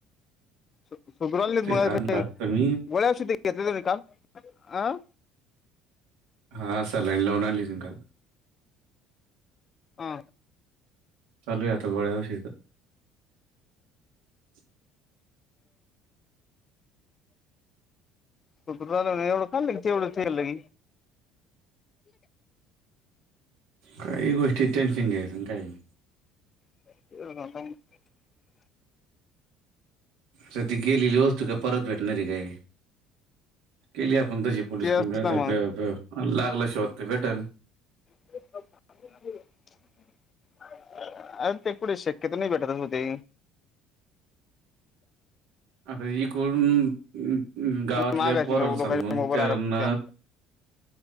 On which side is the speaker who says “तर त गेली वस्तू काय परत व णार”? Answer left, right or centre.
Right